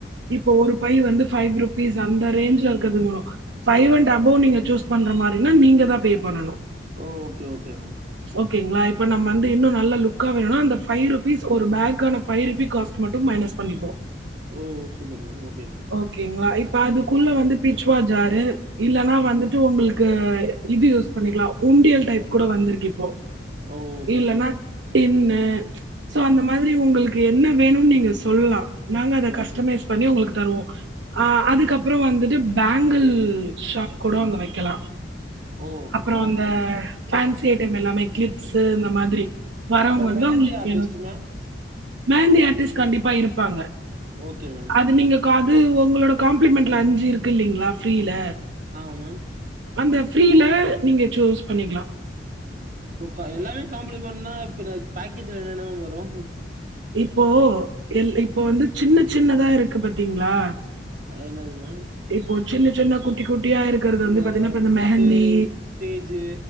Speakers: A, on the right; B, on the right.
A: இப்போ ஒரு பை வந்து ஃபைவ் ருபீஸ் அந்த ரேஞ்ச்ல இருக்றது வரும் பைவ் அண்ட் அபோவ் நீங்க சூஸ் பண்ற மாதிரினா நீங்க தான் பே பண்ணணும்
B: ஓ ஓகே ஓகே மேம்
A: ஓகேங்களா இப்ப நம்ம வந்து இன்னும் நல்லா லுக் க்கா வேணுனா அந்த ஃபைவ் ருப் பீஸ் ஒரு பேக்கான ஃபைவ் ருபீ காஸ்ட் மட்டும் மைனஸ் பண்ணிப்போம்
B: ஓ சூப்பர் மேம் ஓகே மேம்
A: ஓகேங்களா இப் அதுகுள்ள
B: ஆ
A: வந்து பிச்சுவா ஜாரு இல்லன்னா வந்துட்டு உங்களுக்கு இது யூஸ் பண்ணிக்கலாம் உண்டியல் டைப் கூட வந்திருக்கு இப்போ
B: ஓ ஓகே
A: இல்னா
B: மேம்
A: டின்னு சோ அந்த மாதிரி உங்களுக்கு என்ன வேணும்னு நீங்க சொல்லலாம் நாங்க அத கஸ்டமைஸ்
B: ஓகே
A: பண்ணி உங்களுக்கு தருவோம் ஆஹ் அது க்கப்புறம் வந்துட்டு பேங்கிள் ஷாப் கூட அங்க வெக்கலாம்
B: ஓ
A: அப்புறம் அந்த
B: ஓகே மேம்
A: பேன்சி சி ஐட்டம் எல்லாமே கிளிப்ஸ்ஸு இந்த மாதிரி வரவங்க
B: அப்புறம்
A: வந்து
B: மெஹந்தி
A: அவங்களுக்கு
B: ஆர்ட்டிஸ்ட்டு
A: வேணும்.
B: மேம்
A: மெஹந்தி ஆர்ட்டிஸ்ட் கண்டிப்பா இருப்பாங்க
B: ஓகே மேம்
A: அது நீங்க காது ஓ உங்களோட காம் ளிமெண்ட்ல அஞ்சு இருக்கு இல்லைங்களா ஃப்ரீல
B: ஆமாம் மேம்
A: அந்த ஃப்ரீல நீங்க சூஸ் பண்ணிக்கலாம்
B: ஓ கா எல்லாமே காம்பிளிமெண்ட் பண்ணா அப்புறம் பேக்கேஜ்ல என்னென்ன மேம் வரும்
A: இப்போ எ இப்போ வந்து சின்ன சின்னதா இருக்கு பாத்தீங்களா
B: அ என்னது மேம்
A: இப்ப சின்ன சின்ன குத் டிக்கு <unintelligible> இருக்கிறது
B: இந்த
A: வந்து பாத்தீன்னா
B: ஃபுட்டு
A: மெஹந்தி
B: ஸ்டேஜு